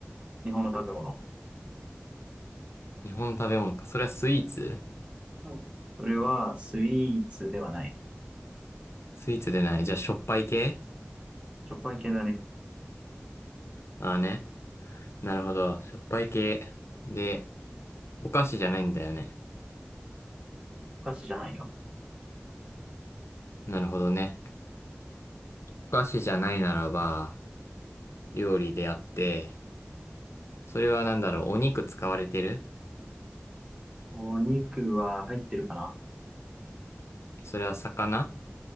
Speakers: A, on the right; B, on the left.
A: 日本の食べ物。
B: 日本の食べ物か。それはスイーツ
A: おそれは、スイーツではない。
B: スイーツでない。じゃあ、しょっぱい系
A: しょっぱい系だね。
B: ああーね。なるほど。しょっぱい系。で、お菓子じゃないんだよね。
A: お菓子じゃないよ。
B: なるほどね。お菓子じゃないならば、料理であって、それはなんだろう、お肉使われてる
A: お肉は入ってるかな
B: それは魚